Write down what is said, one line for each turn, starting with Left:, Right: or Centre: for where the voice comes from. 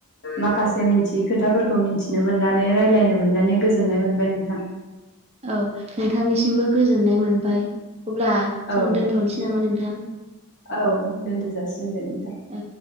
Left: माखासे मिथियै खोथाफोरखौ मिथिनो मोननानै रायज्लायनो मोननानै गोजोननाय मोनबाय नोंथां।
Right: औ नोंथांनिसिमबो गोजोननाय मोनबाय। अब्ला जों
Left: औ
Right: दोनथनोसै
Left: दे
Right: नामा नोंथां?
Left: औ दोनथ जासिगोन दे नोंंथां।
Right: औ